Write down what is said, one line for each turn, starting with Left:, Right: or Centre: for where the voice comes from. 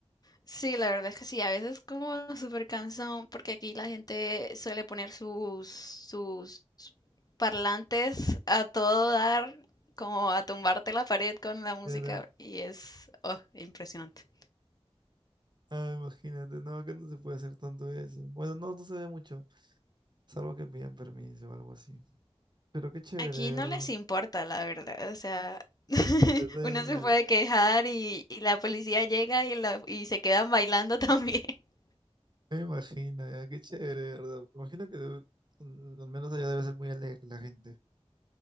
Left: sí, la verdad es que sí, a veces como súper cansón, porque aquí la gente suele poner sus, sus parlantes a todo dar, como a tumbarte la pared con la música
Right: cantar.
Left: y es oh, impresionante.
Right: Ah, imagínate, no, acá no se puede hacer tanto eso. Bueno, no, no se ve mucho, salvo que pidan permiso o algo así. Pero qué chévere,
Left: Aquí
Right: de
Left: no
Right: ¿verdad?
Left: les importa, la verdad. O sea, <laughs>
Right: Les da
Left: uno
Right: igual.
Left: se puede quejar y, y la policía llega y, la- y se quedan bailando también. <laughs>
Right: Me imagino, ya, qué chévere, de ¿verdad? Me imagino que debe- mm, al menos allá debe ser muy alegre la gente.